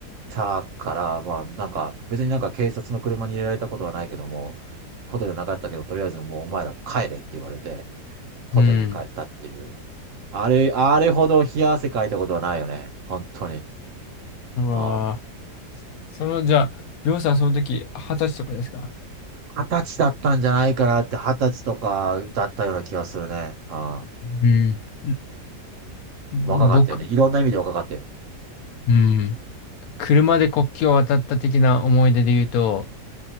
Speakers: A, on the right; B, on the left.
A: たから、まあ、なんか、別になんか警察の車に入れられたことはないけども、ことじゃなかったけど、とりあえずもうお前ら帰れって言われて、ホテルに帰ったっていう。
B: うん。
A: あれ、あれほど冷や汗かいたことはないよね。本当に。
B: うわぁ。
A: うん
B: その、じゃあ、りょうさん、その時、二十歳とかですか
A: 二十歳だったんじゃないかなって、二十歳とかだったような気がするね。あ
B: うん。ん僕、
A: あ、若かったよね。いろんな意味で若かったよ。
B: うん。車で国境を渡った的な思い出で言うと、